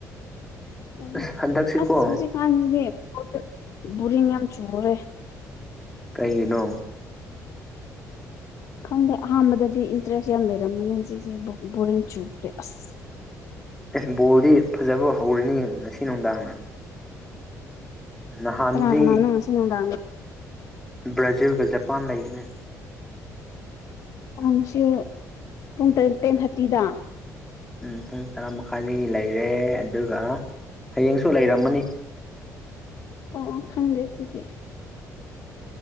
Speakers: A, on the left; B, in the centre.
A: ꯎꯝ
B: ꯑꯁ ꯍꯟꯗꯛꯁꯤꯀꯣ
A: ꯑꯁ ꯍꯧꯖꯤꯛꯀꯥꯟꯁꯤꯗꯤ <unintelligible> ꯕꯣꯔꯤꯡ ꯌꯥꯝ ꯆꯨꯔꯦ
B: ꯀꯩꯒꯤꯅꯣ?
A: ꯈꯪꯗꯦ ꯑꯍꯥꯟꯕꯗꯗꯤ ꯏꯟꯇ꯭ꯔꯦꯁ ꯌꯥꯝ ꯂꯩꯔꯝꯃꯅꯦ ꯍꯧꯖꯤꯛꯁꯦ ꯕꯣ ꯕꯣꯔꯤꯡ ꯆꯨꯈ꯭ꯔꯦ ꯑꯁ
B: ꯑꯦꯁ ꯕꯣꯜꯗꯤ ꯐꯖꯕ ꯍꯧꯔꯅꯤ ꯉꯁꯤ ꯅꯨꯡꯗꯥꯡꯅ ꯅꯍꯥꯟꯗꯤ
A: ꯀꯅꯥ ꯀꯅꯥꯅꯣ ꯉꯁꯤ ꯅꯨꯡꯗꯥꯡꯗ
B: ꯕ꯭ꯔꯥꯖꯤꯜꯒ ꯖꯄꯥꯟ ꯂꯩꯕꯅꯦ
A: ꯑꯣ ꯉꯁꯤ ꯌꯨ ꯄꯨꯡ ꯇꯦꯟ ꯇꯦꯟ ꯊꯥꯔꯇꯤꯗ?
B: ꯎꯝ ꯄꯨꯡ ꯇꯔꯥ ꯃꯈꯥꯏꯗꯒꯤ ꯂꯩꯔꯦ ꯑꯗꯨꯒ ꯍꯥꯌꯦꯡꯁꯨ ꯂꯩꯔꯝꯃꯅꯤ
A: ꯑꯣ ꯑꯣ ꯈꯪꯗꯦ ꯗꯨꯗꯤ